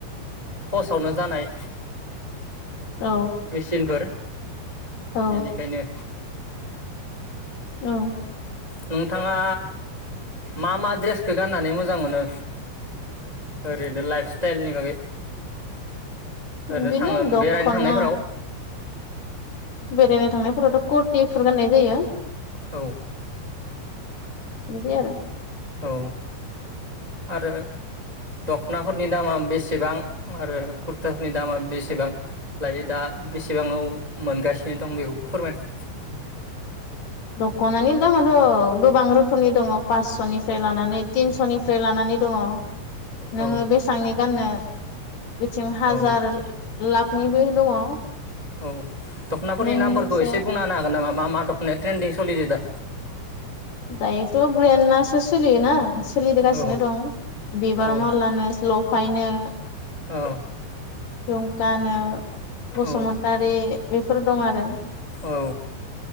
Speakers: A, on the right; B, on the left.
A: खसावनो जानाय
B: औ
A: मेसिनफोर।
B: औ
A: बेनिखायनो
B: औ।
A: नोंथाङा मा मा ड्रेसखो गाननानै मोजां मोनो? ओरैनो लाइफ सटाइलनि बागै। ओरैनो
B: बिदिनो
A: थां
B: दख'ना
A: बेरायनो थांनायफोराव?
B: बेरायनो थांनायफोरावथ' कुरटिफोर गाननाय जायो।
A: औ।
B: बिदि आरो।
A: औ आरो दख'नाफोरनि दामा बेसेबां आरो कुरथाफोरनि दामा बेसेबां लायो दा बेसेबांआव मोनगासिनो दं बेखौ फोरमायदों।
B: दख'नानि दामाथ' गोबां रोखोमनि दङ पासस'निफ्राय लानानै तिनस'निफ्राय लानानै दङ।
A: औ
B: नोङो बेसांनि गाननो? बिथिं हाजार
A: औ
B: लाखनिबो दङ।
A: औ दख'नाफोरनि
B: नोंनि
A: नामफोरखौ
B: सायाव
A: एसे बुंना होनो हागोन नामा? मा-मा दखनाया ट्रेन्दिं सलिदो दा?
B: दायोथ' ब्रेन्डआसो सोलियोना। सोलिगासिनो
A: औ
B: दं बिबार
A: औ
B: मालानो ल फायनो।
A: औ
B: जुमखानो। बसुमतारि।
A: औ
B: बेफोर दं आरो।
A: औ